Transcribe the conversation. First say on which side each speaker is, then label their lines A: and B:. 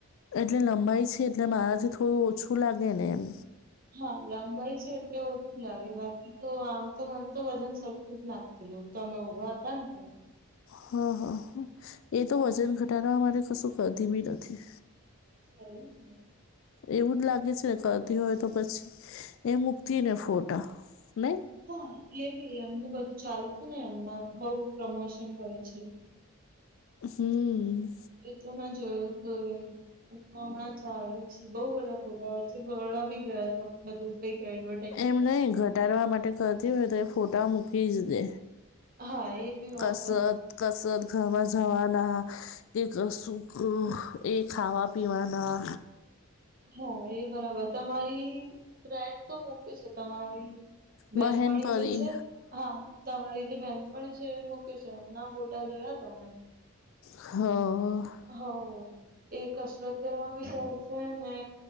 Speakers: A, on the left; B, on the right.
A: એટલે લંબાઈ છે એટલે મારાથી થોડું ઓછું લાગે ને એમ.
B: હા લંબાઈ છે એટલે ઓછું લાગે બાકી તો આમ તો મન તો વજન સરખું જ લાગ. તમે ઉભા હતા ને ત્યાં.
A: હા હા એ
B: હા
A: તો વજન ઘટાડવા મારે કશું કરતી બી નથી.
B: અચ્છા એવું છે.
A: એવું જ લાગે છે ને કરતી હોય તો પછી એ મૂકતી ને ફોટા નહી.
B: હા એવી એમને બધું ચાલે છે ને એમને બહુ પ્રમોશન કરે છે.
A: હમ્મ.
B: એ તો મેં જોયું તું એ. હમણાં ચાલુ જ છે બહુ બધા ફોટા વચ્ચે બરોડા ભી ગયા હતા બધું. કઈક એડવ.
A: એમ નહિ ઘટાડવા માટે કરતી હોય તો એ ફોટા મૂકી જ દે.
B: હા એ બી વાત
A: કસત-કસત
B: બરાબર
A: ઘવા જાવાના કેક શુંખ એ ખાવા પીવાના
B: હ એ બરાબર તમારી ફ્રેન્ડ તો મૂકે છે તમારી. બેનપણી
A: બહેન પરી
B: જે છે હા. તમારી જે બેંનપણી છે એ મૂકે છે એમના ફોટા જોયાતા મેં.
A: હા.
B: હવ એ કસરત કરવા બી જાય છે ને.